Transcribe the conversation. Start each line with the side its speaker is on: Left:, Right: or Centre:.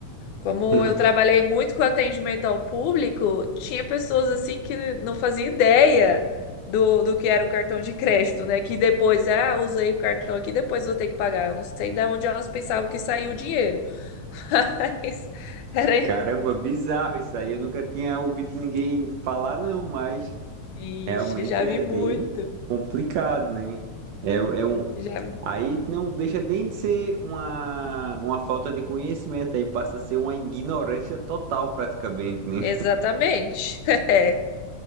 Left: Como
Right: <laughs>
Left: eu trabalhei muito com atendimento ao público, tinha pessoas assim que não fazia ideia do, do que era o cartão de crédito, né? Que depois, ah, usei o cartão aqui, depois vou ter que pagar. Eu não sei de onde elas pensavam que saiu o dinheiro. <laughs> Mas era.
Right: Caramba, bizarro isso aí. Eu nunca tinha ouvido ninguém falar, não, mas
Left: Ixi,
Right: realmente
Left: já
Right: é
Left: vi muito.
Right: bem complicado, né? É, é um...
Left: Já,
Right: Aí não deixa nem de ser uma, uma falta de conhecimento, aí passa a ser uma ignorância total, praticamente, né?
Left: exatamente. <laughs> É.